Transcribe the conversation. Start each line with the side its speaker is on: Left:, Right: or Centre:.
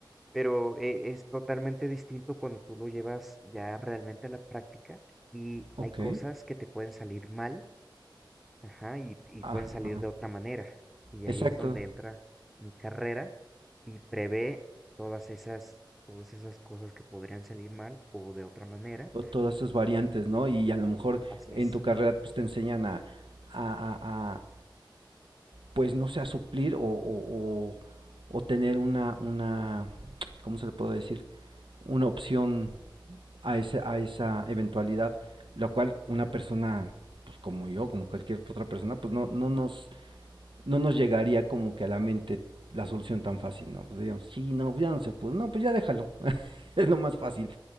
Centre: pero eh, es totalmente distinto cuando tú lo llevas ya realmente a la práctica y
Right: ok,
Centre: hay cosas que te pueden salir mal Ajá, y, y
Right: ajá,
Centre: pueden salir de otra manera. Y
Right: exacto.
Centre: ahí es donde entra mi carrera y prevé todas esas, todas esas cosas que podrían salir mal o de otra manera.
Right: o Todas esas variantes, ¿no? Y a lo mejor
Centre: Así
Right: en
Centre: es.
Right: tu carrera pues te enseñan a, a, pues no sea suplir o, o, o, o tener una, una, ¿cómo se le puede decir? Una opción a, ese, a esa eventualidad, la cual una persona, pues como yo, como cualquier otra persona, pues no, no, nos, no nos llegaría como que a la mente la solución tan fácil, ¿no? Pues digamos, sí, no, ya no se puede, no, pues ya déjalo, <laughs> es lo más fácil.